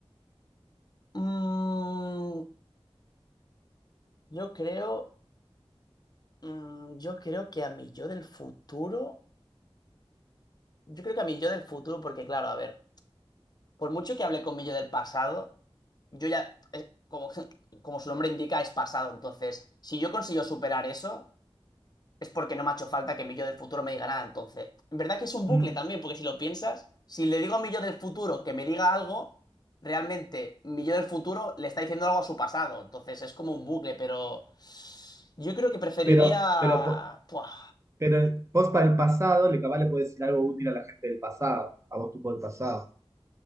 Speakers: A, on the left (about 40°); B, on the right (about 30°).
A: mm, yo creo. mm, yo creo que a mi yo del futuro. Yo creo que a mi yo del futuro, porque claro, a ver, por mucho que hable con mi yo del pasado, yo ya. eh, como, <laughs> como su nombre indica, es pasado. Entonces, si yo consigo superar eso. es porque no me ha hecho falta que mi yo del futuro me diga nada. Entonces, en verdad que es un bucle
B: Mm,
A: también, porque si lo piensas, si le digo a mi yo del futuro que me diga algo, realmente mi yo del futuro le está diciendo algo a su pasado. Entonces es como un bucle, pero yo creo que preferiría...
B: pero, pero, po-
A: Puah.
B: pero el- vos para el pasado, le capaz le podés decir algo útil a la gente del pasado, a vos tú por el pasado.